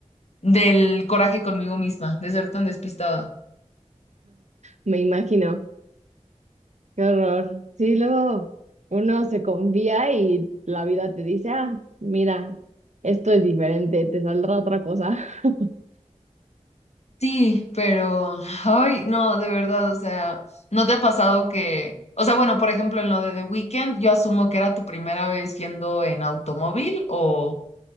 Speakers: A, on the left; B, on the right.
A: del coraje conmigo misma, de ser tan despistada.
B: me imagino, qué horror. Sí, luego uno se confía y la vida te dice, ah, mira, esto es diferente, te saldrá otra cosa. <laughs>
A: Sí, pero, ay, no, de verdad, o sea, ¿no te ha pasado que, o sea, bueno, por ejemplo, en lo de The Weeknd, yo asumo que era tu primera vez yendo en automóvil o,